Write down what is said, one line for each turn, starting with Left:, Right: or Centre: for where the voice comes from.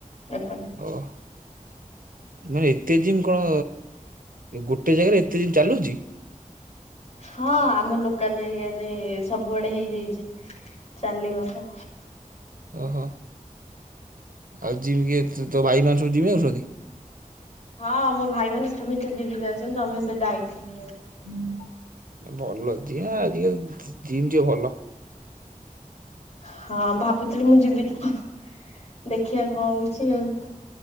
Left: ଏପଟେ।
Right: ଓଃ, ମାନେ ଏତେ ଜିମ୍ କଣ ଗୋଟେ ଜାଗାରେ ଏତେ ଜିମ୍ ଚାଲୁଛି?
Left: ହଁ ଆମ ଲୋକାଲ ଏରିଆ ରେ ସବୁଆଡେ ହେଇଯାଇଚି। ଚାଲିବ ହଁ।
Right: ଓହୋ, ଆଉ ଜିମ୍ କି ତୋ ଭାଇ ମାନେ ସବୁ ଜିମ୍ ଯାଉଛନ୍ତି?
Left: ହଁ ମୋ ଭାଇ ମାନେ ସମସ୍ତେ ଜିମ୍ ଯାଉଛନ୍ତି, ସମସ୍ତେ ଡାଇଟିଙ୍ଗ ରେ ଅଛନ୍ତି।
Right: ଭଲ ଯିଏ ଆଜିକାଲି ଜି-ଜିମ୍ ଯିବା ଭଲ।
Left: ହଁ ଭାବୁଥିଲି ମୁଁ ଯିବି ତ ଦେଖିବା କଣ ହଉଛି ଆଉ।